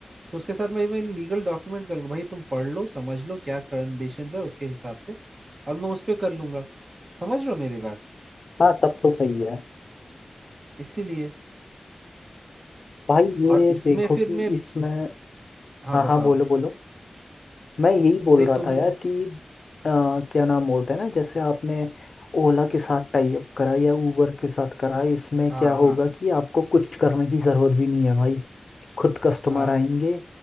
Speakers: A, on the right; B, on the left.
A: तो उसके साथ मैं मैं लीगल डॉक्यूमेंट करूंगा भाई तुम पढ़ लो समझ लो क्या कंडीशंस है उसके हिसाब से और मैं उस पर कर लूंगा समझ रहे हो मेरी बात
B: हाँ तब तो सही है
A: इसीलिए
B: भाई ये
A: और इसमें
B: देखो
A: फिर
B: कि
A: मैं
B: इसमें
A: हाँ
B: हाँ
A: बताओ
B: हाँ बोलो बोलो मैं यही बोल
A: नहीं
B: रहा
A: तुम
B: था
A: ही
B: यार कि अ, क्या नाम बोलते हैं ना जैसे आपने ओला के साथ टाई अप करा या उबर के साथ करा इसमें
A: हाँ
B: क्या होगा
A: हाँ
B: कि आपको कुछ करने की जरूरत भी नहीं है भाई खुद कस्टमर
A: हाँ
B: आएंगे